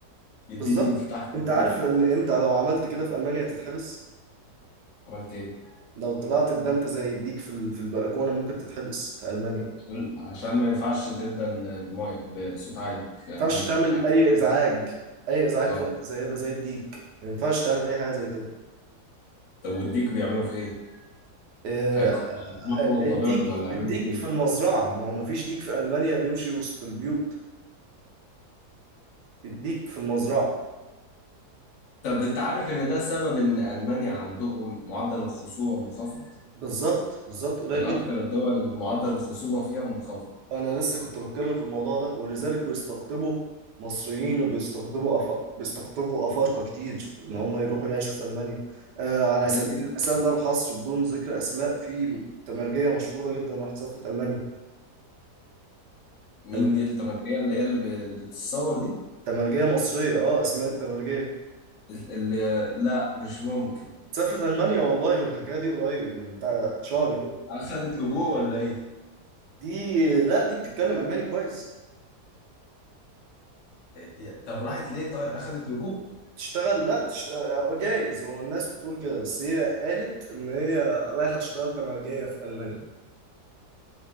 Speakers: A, on the left; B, on the right.
A: بيديني
B: بالظبط
A: انفتاح في
B: انت
A: العالم
B: عارف ان انت لو عملت كده في المانيا تتحبس
A: عملت ايه
B: لو طلعت اتدنت زي الديك في ال- في البلكونه ممكن تتحبس في المانيا
A: عشان عشان ما ينفعش تدن بمي بصوت عالي في
B: ينفعش
A: المانيا
B: تعمل اي ازعاج اي ازعاج
A: اه
B: في وقت زي ده زي الديك ما ينفعش تعمل اي حاجه زي كده
A: طب والديك بيعملوا فيه ايه؟
B: آه،
A: هيقمحوا
B: آه، الديك
A: طبيعته ولا هيعملوا
B: الديك
A: فيه ايه؟
B: في المزرعه ما هو ما فيش ديك في المانيا بيمشي وسط البيوت الديك في المزرعه
A: طب انت عارف ان ده سبب ان المانيا عندهم معدل الخصوبه منخفض؟
B: بالظبط بالظبط قليل
A: من اكتر
B: جدا
A: الدول اللي معدل الخصوبه فيها منخفض.
B: انا لسه كنت بتكلم في الموضوع ده ولذلك بيستقطبوا مصريين وبيستقطبوا أف... بيستقطبوا افارقه كتير ان هم يروحوا يعيشوا في المانيا آه على
A: يعني
B: سبيل المثال
A: آه.
B: لا الحصر بدون ذكر اسماء في تمرجيه مشهوره جدا راحت سافرت المانيا
A: مين
B: تمام
A: دي التمكيه اللي هي اللي ب- اللي بتتصور دي؟
B: تمرجية مصرية اه اسماء التمرجية
A: اللي لا مش ممكن
B: سافرت ألمانيا والله من الحكاية دي قريب من بتاع شهر كده
A: اخذت لجوء ولا ايه؟
B: دي لا دي بتتكلم ألماني كويس
A: إيه- طب راحت ليه طيب اخذت لجوء؟
B: تشتغل لا تشتغل جايز هو الناس بتقول كده بس هي قالت إن هي رايحة تشتغل تمرجية في ألمانيا